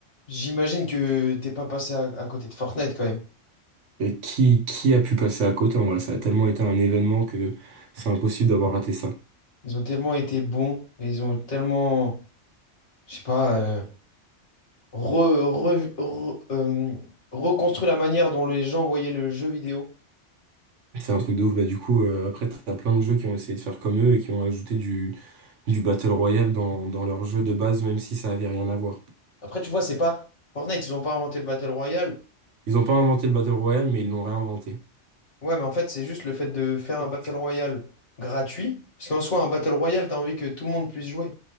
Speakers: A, on the left; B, on the right.
A: J'imagine que t'es pas passé à, à côté de Fortnite quand même.
B: Et qui, qui a pu passer à côté en vrai? Ça a tellement été un événement que c'est impossible d'avoir raté ça.
A: Ils ont tellement été bons et ils ont tellement, je sais pas, euh, re- re- re- euh, reconstruit la manière dont les gens voyaient le jeu vidéo.
B: C'est un truc de ouf. Bah, du coup, euh, après, t'as plein de jeux qui ont essayé de faire comme eux et qui ont ajouté du, du Battle Royale dans, dans leur jeu de base, même si ça avait rien à voir.
A: Après, tu vois, c'est pas Fortnite, ils ont pas inventé le Battle Royale.
B: Ils n'ont pas inventé le Battle Royale, mais ils l'ont réinventé.
A: Ouais, mais en fait, c'est juste le fait de faire
B: Ok.
A: un Battle Royale gratuit. Parce qu'en soi, un Battle Royale, t'as envie que tout le monde puisse jouer.